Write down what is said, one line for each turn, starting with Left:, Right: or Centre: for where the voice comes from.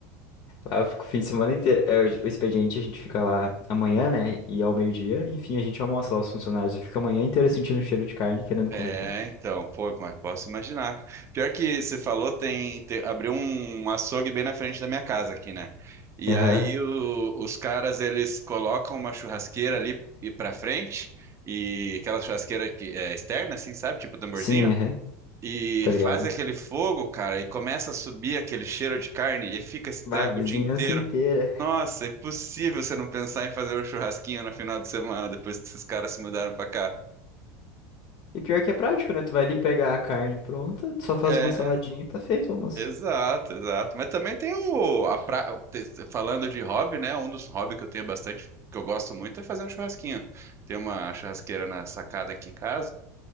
Left: Ah, eu fico o fim de semana inteiro. É, o o expediente a gente fica lá amanhã, né? E ao meio-dia, enfim, a gente almoça lá os funcionários. Eu fico a manhã inteira sentindo o cheiro de carne, querendo comer
Right: É,
Left: carne.
Right: então, pô, mas posso imaginar. Pior que você falou, tem, te- abriu um açougue bem na frente da minha casa aqui, né? E
Left: Aham.
Right: Uhum. aí o- os caras, eles colocam uma churrasqueira ali e pra frente, e aquela churrasqueira que é externa, assim, sabe? Tipo tamborzinho.
Left: Sim, aham.
Right: E
Left: tá ligado?
Right: faz aquele fogo, cara, e começa a subir aquele cheiro de carne, e fica esse
Left: Bah,
Right: treco
Left: a vizinhança
Right: o dia inteiro.
Left: inteira.
Right: Nossa, impossível você não pensar em fazer um churrasquinho no final de semana, depois que esses caras se mudaram pra cá.
Left: E pior que é prático, né? Tu vai ali pegar a carne pronta, tu só faz
Right: É,
Left: uma saladinha e tá feito, o almoço.
Right: Exato, exato. Mas também tem o a pra... te- falando de hobby, né? Um dos hobbies que eu tenho bastante, que eu gosto muito, é fazer um churrasquinho. Tem uma churrasqueira na sacada aqui em casa.